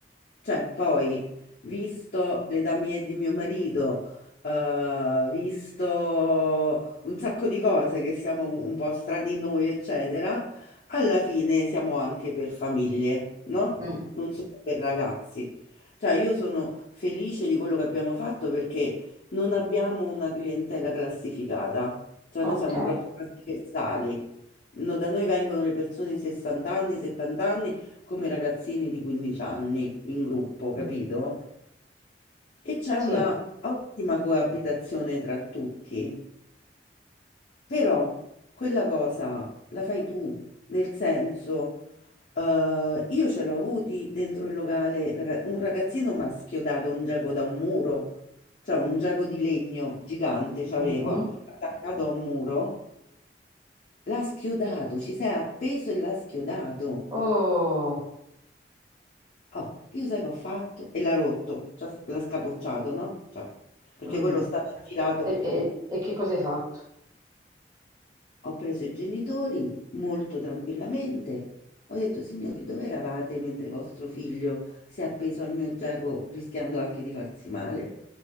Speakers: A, on the left; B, on the right.
A: Cioè, poi, visto l'età mia e di mio marito, eh, visto un sacco di cose che siamo un po' strani noi, eccetera, alla fine siamo anche per famiglie, no?
B: Mm,
A: Non solo per ragazzi. Cioè, io sono felice di quello che abbiamo fatto perché non abbiamo una clientela classificata. Cioè,
B: ok,
A: noi siamo proprio trasversali. No, da noi vengono le persone di 60 anni, 70 anni, come i ragazzini di 15 anni in gruppo,
B: Mm,
A: capito? E c'è una
B: sì.
A: ottima coabitazione tra tutti. Però quella cosa la fai tu, nel senso. Eh, io ce l'ho avuti dentro il locale raga- un ragazzino mi ha schiodato un giaco da un muro, cioè un giaco di legno gigante c'avevo
B: Mhm.
A: attaccato a un muro. L'ha schiodato, ci sei appeso e l'ha schiodato.
B: Oh,
A: Oh, io sai che ho fatto? E l'ha rotto, cioè l'ha scapocciato, no? Cioè, perché
B: mm.
A: quello stava infilato.
B: E, e- e che cosa hai fatto?
A: Ho preso i genitori molto tranquillamente. Ho detto, signori, dove eravate mentre vostro figlio si è appeso al mio giago rischiando anche di farsi male?